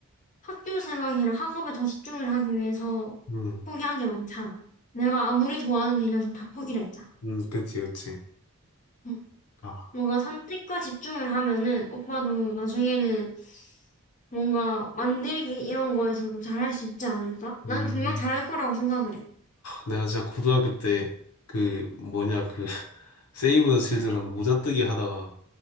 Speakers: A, on the left; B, on the left.
A: 학교 생활이랑 학업에 더 집중을 하기 위해서
B: 음,
A: 포기한 게 많잖아. 내가 아무리 좋아하는 일이어서 다 포기를 했잖아.
B: 음, 그치, 그치.
A: 응.
B: 아,
A: 뭔가 선택과 집중을 하면은 오빠도 나중에는 뭔가 만들기 이런 거에서도 잘할 수 있지 않을까? 난
B: 음,
A: 분명 잘할 거라고 생각을 해.
B: 내가 진짜 고등학교 때 그 뭐냐 그 <laughs> 세이브 더 칠드런 모자 뜨기 하다가